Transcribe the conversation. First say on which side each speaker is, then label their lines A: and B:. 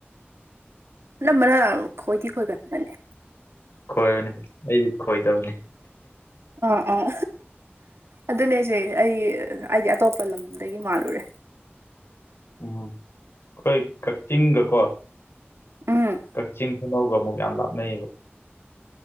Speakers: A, on the right (about 80°); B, on the left (about 70°).
A: ꯑꯅꯝꯕꯅ ꯈꯣꯏꯗꯤ ꯈꯣꯏꯒꯟꯅꯅꯦ
B: ꯈꯣꯏꯕꯅꯤ ꯑꯩꯗꯤ ꯈꯣꯏꯗꯕꯅꯤ
A: ꯑꯥ ꯑꯥ ꯑꯗꯨꯅꯦꯁꯦ ꯑꯩ ꯍꯥꯏꯗꯤ ꯑꯇꯣꯞꯄ ꯂꯝꯗꯒꯤ ꯃꯥꯜꯂꯨꯔꯦ
B: ꯎꯝ ꯑꯩꯈꯣꯏ ꯀꯛꯆꯤꯡꯒꯀꯣ
A: ꯎꯝ
B: ꯀꯛꯆꯤꯡ ꯑꯅꯒ ꯑꯃꯨꯛ ꯌꯥꯝ ꯂꯥꯞꯅꯩꯌꯦꯕ